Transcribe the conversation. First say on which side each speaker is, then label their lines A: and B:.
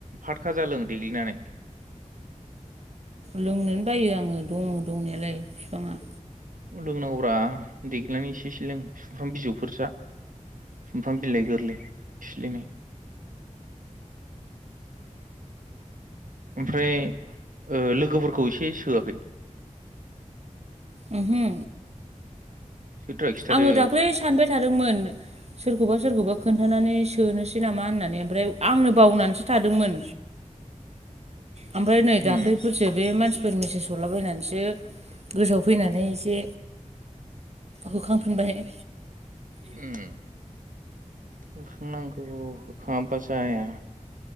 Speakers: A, on the right; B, on the right.
A: फातखाजालों देग्लिनानै।
B: लोंनोनो बायो आङो दङ' दंनायालाय बिफाङा।
A: लोंनांगौब्रा देग्लिनानै एसे एसे लों सुमफ्राम बिजौफोर जा सुमफ्राम बिलाइ गोरलै सिलिनाय। ओमफ्राय ओ लोगोफोरखौ एसे सोआखै?
B: ओहो।
A: सोद्रा खिथादो
B: आङो दाख्लै सानबाय थादोंमोन। सोरखौबा सोरखौबा खोन्थानानै सोनोसै नामा होननानै ओमफ्राय आंनो बावनानैसो थादोंमोन। ओमफ्राय नै दाख्लैफोरसो
A: उम
B: बे मानसि सोर मेसेज हरलाबायनानैसो गोसोआव फैनानै एसे होखांफिनबायहाय।
A: उम। होखां नांगौ होखाङाबा जाया